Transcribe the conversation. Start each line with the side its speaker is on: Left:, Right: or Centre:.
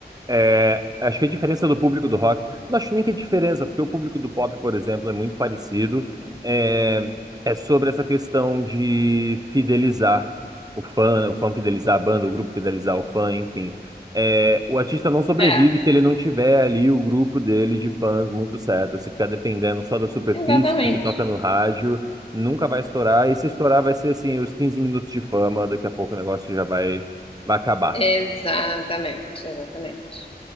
Right: É, acho que a diferença do público do rock, não acho nem que é diferença, porque o público do pop, por exemplo, é muito parecido. É, é sobre essa questão de fidelizar o fã, o fã fidelizar a banda, o grupo fidelizar o fã, enfim. É, o artista não sobrevive
Left: É,
Right: se ele não tiver ali o grupo dele de fãs muito certo. Se ficar dependendo só da superfície,
Left: exatamente.
Right: do que toca no rádio, nunca vai estourar. E se estourar, vai ser assim, os 15 minutos de fama, daqui a pouco o negócio já vai, vai acabar.
Left: Exatamente, exatamente.